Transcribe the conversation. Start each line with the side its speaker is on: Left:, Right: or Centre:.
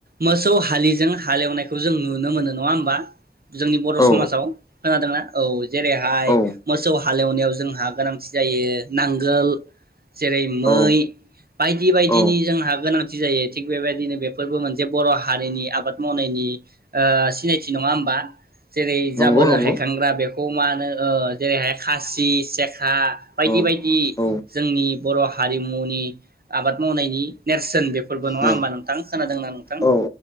Right: मोसौ हालिजों हालेवनायखौ जों नुनो मोनो नङा होमबा जोंनि बर'
Left: औ
Right: समाजाव खोनादोंना औ जेरैहाय
Left: औ
Right: मोसौ हालेवनायाव जोंहा गोनांथि जायो नांगोल जेरै मै
Left: औ
Right: बायदि बायदिनि
Left: औ
Right: जोंहा गोनां थि जायो थिग बेबायदिनो बेफोरबो मोनसे बर' हारिनि आबाद मावनायनि ओ सिनायथि नङा होमबा, जेरै
Left: नंगौ
Right: जाबोरो
Left: नंगौ
Right: हायखांग्रा बेफ खौ मा होनो ओ जेरैहाय खासि सेखा बायदि
Left: औ
Right: बायदि
Left: औ
Right: जोंनि बर' हारिमुनि आबाद मावनायनि नेरसोन बे फोरबो नङा
Left: औ
Right: होमबा नोंथां खोनादोंना नोंथां
Left: औ